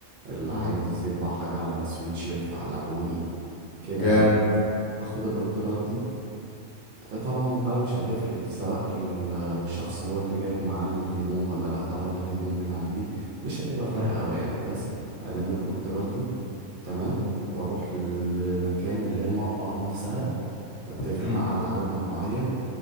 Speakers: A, on the right (about 60°); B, on the left (about 65°).
A: اللي
B: مم.
A: عايز يطبع حاجة على سويتشيرت على هودي كده
B: جامد
A: يعني أخد الأوردرات دي طبعا بقى مش هتفرق سواء الشخص هو اللي جايب معاه الهدوم ولا لأ ولا الهدوم من عندي مش هتبقى فرق
B: مم.
A: أوي يعني بس ألم الأوردرات دي تمام
B: مم.
A: وأروح للمكان اللي هي المطبعة نفسها وأتفق
B: مم.
A: معاه على العدد المعين